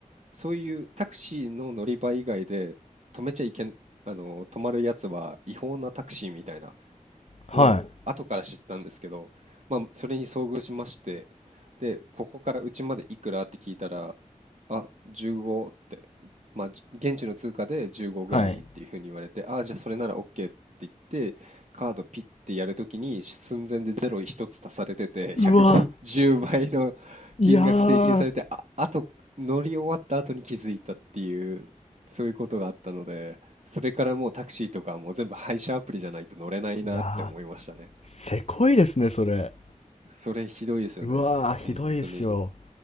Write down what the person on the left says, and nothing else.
ーはい。
はい。
うわ
いやー、
いやーせこいですね、それ。
うわー、ひどいですよ。